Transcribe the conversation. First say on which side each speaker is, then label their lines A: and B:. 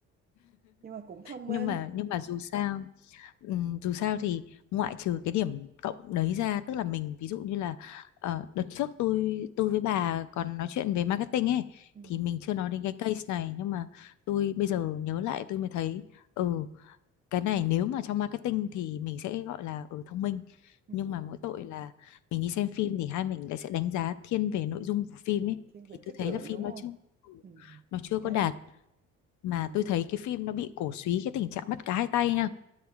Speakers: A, on the right (about 30°); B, on the left (about 70°).
A: nhưng mà cũng thông minh
B: nhưng mà nhưng mà dù sao Ừm, dù sao thì ngoại trừ cái điểm cộng đấy ra tức là mình
A: ừ.
B: ví dụ như là ờ, đợt trước tôi tôi với bà còn nói chuyện về marketing ấy
A: Ừ.
B: thì mình chưa nói đến cái case này nhưng mà tôi bây giờ nhớ lại tôi mới thấy ừ cái này nếu mà trong marketing thì mình sẽ gọi là ở thông minh
A: Ừ.
B: nhưng mà mỗi tội là mình đi xem phim thì hai mình lại sẽ đánh giá thiên về nội dung của phim
A: Ừ.
B: ấy
A: thiên về
B: thì
A: chất
B: tôi thấy
A: lượng
B: là phim
A: đúng không
B: nó chưa ừ,
A: ừ.
B: nó chưa có
A: cái
B: đạt mà
A: ừ.
B: tôi thấy cái phim nó bị cổ súy cái tình trạng bắt cá hai tay nha